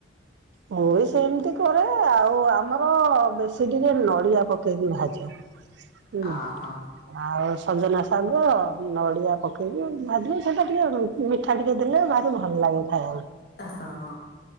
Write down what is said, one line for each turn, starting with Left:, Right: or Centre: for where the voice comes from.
Right: ମୁଁ ବି ସେମିତି କରେ, ଆଉ ଆମର ବେଶୀ ଟିକେ ନ ଡିଆ ପକେଇକି ଭାଜେ ହୁଁ।
Left: ଅ ହଁ
Right: ଆଉ ସଜନା ଶାଗ, ନଡିଆ ପକେଇକି ଭାଜିଲେ ସେଇଟା ଟିକେ ମିଠା ଟିକେ ଦେଲେ, ଭାରି ଭଲ ଲାଗେ ଖାଇଆକୁ।
Left: ହଁ।